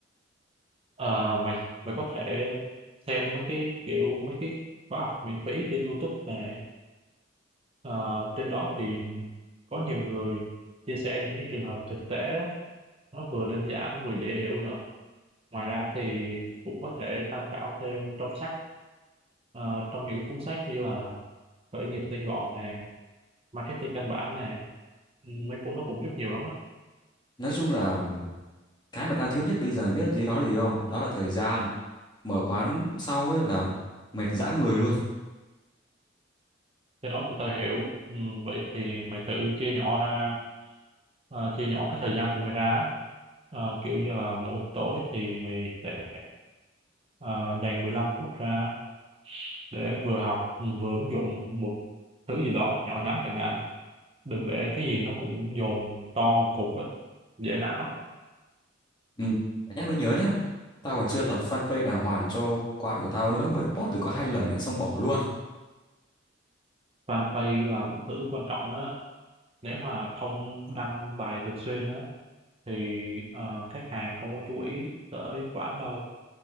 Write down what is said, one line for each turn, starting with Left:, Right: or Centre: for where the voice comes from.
Right: Ờ, mày mày có thể xem mấy cái kiểu mấy cái khóa học miễn phí trên YouTube nè Ờ, trên đó thì có nhiều người chia sẻ những cái trường hợp thực tế nó vừa đơn giản vừa dễ hiểu nữa ngoài ra thì cũng có thể tham khảo thêm trong sách ờ, trong những cái cuốn sách như là khởi nghiệp tinh gọn nè marketing căn bản nè Ừ, mấy cuốn nó cũng giúp nhiều lắm á
Left: Nói chung là cái mà tao thiếu nhất bây giờ biết gì đó là gì không? Đó là thời gian. Mở quán xong ấy là mệt dã người luôn.
Right: cái đó thì tao hiểu ừ, vậy thì mày thử chia nhỏ ra ờ, chia nhỏ cái thời gian của mày ra á. Ờ, kiểu như là mỗi tối thì mày sẽ ờ, dành 15 phút ra để vừa học ừ, vừa ứng dụng một thứ gì đó nhỏ nhắn chẳng hạn đừng để cái gì nó cũng dồn to một cục á dễ nản lắm
Left: Ừ. Phải nhắc mới nhớ nhá. Tao còn chưa lập fanpage đàng hoàng cho quán của tao nữa. Mới post được có hai lần mà xong bỏ luôn.
Right: fanpage là một thứ quan trọng á nếu mà không đăng bài thường xuyên á thì ờ, khách hàng không có chú ý tới quán đâu